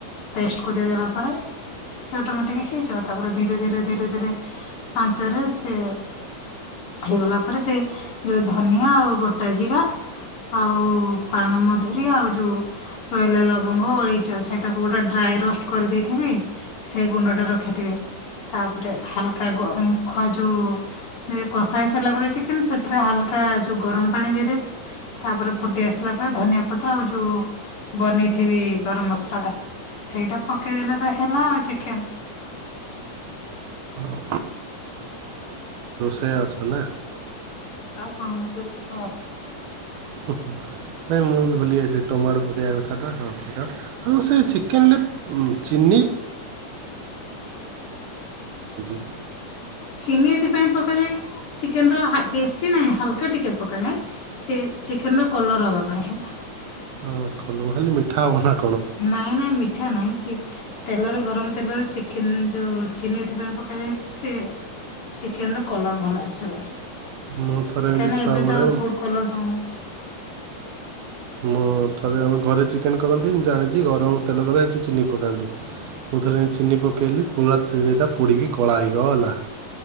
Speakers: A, on the left (about 55°); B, on the right (about 80°).
A: ପେଷ୍ଟ କୁ ଦେଇଦେଲା ପରେ ସେ ଅଟୋମେଟିକ ହେଇଯିବ ତାପରେ ଧୀରେ ଧୀରେ ଧୀରେ ଧୀରେ ଆଞ୍ଚରେ ସେ ହେଇଗଲା ପରେ ସେ ଯୋଉ ଧନିଆ ଆଉ ଗୋଟା ଜିରା ଆଉ ପାନମଧୁରୀ ଆଉ ଯୋଉ ରହିଲା ଲବଙ୍ଗ ଅଳେଇଚ ସେଇଟାକୁ ଗୋଟେ ଡ୍ରାଏ ରଷ୍ଟ କରିଦେଇଥିବି ସେଇ ଗୁଣ୍ଡ ଟା ରଖିଥିବେ। ତାପରେ ହାଲକା ଗ ମୁଖ ଯୋଉ କଷା ହେଇ ସାରିଲା ପରେ ଚିକେନ ସେ ପୁରା ହାଲକା ଯୋଉ ଗରମ ପାଣି ଦେଇଦେବି। ତାପରେ ଫୁଟି ଆସିଲା ପରେ ଧନିଆ ପତ୍ର ଆଉ ଯୋଉ ବନେଇଥିବି ଗରମ ମସଲା ଟା ସେଇଟା ପକେଇଦେଲେ ତ ହେଲା ଆଉ ଚିକେନ।
B: ହ ସେ ଅଛ ନା?
A: ଆଉ କଣ ମତେ ରୋଷେଇ ଆସ
B: ହୁ ହୁ। ନାଇଁ ମୁଁ ବି ଭୁଲି ଯାଇଥିଲି ଟମାଟୋ ପକେଇବା କଥାଟା ହଁ ଆଉ ସେ ଚିକେନରେ ଚି <unintelligible>
A: ଚିନି ଏଥିପାଇଁ ପକାଯାଏକି? ଚିକେନ ର ହା ବେଶୀ ନାହିଁ ହାଲକା ଟିକେ ପକାଯାଏ। ସେ ଚିକେନ ର କଲର ହବା ପାଇଁ ହେଲା।
B: ହଁ କଲୁ ଖାଲି ମିଠା ହବନା।
A: ନାଇଁ ନାଇଁ ମିଠା ନାହିଁ ସେ ତେଲର ଗରମ ତେଲର ଚିକେନ ଯୋଉ ଚିନି ଏଥିପାଇ ପକାଯାଏ କି ସେ ଚିକେନ ର କଲର ଭଲ ଆସିବ। କାହିଁକ
B: ମୁଁ ଥରେ ଏମିତି ଛୁଆବେଳେ
A: ଏବେ ତ ଫୁଡ କଲର ଦଉନୁ।
B: ମୁଁ ଥରେ ଆମେ ଘରେ ଚିକେନ କରନ୍ତି। ମୁଁ ଜାଣିଛି ଗରମ ତେଲରେ କଲେ ଏଠି ଚିନି ପକାନ୍ତି। ମୁଁ ଥରେ ଚିନି ପକେଇଲି ପୁରା ଚିନିଟା ପୋଡ଼ିକି କଳା ହୋଇକ ଗଲା।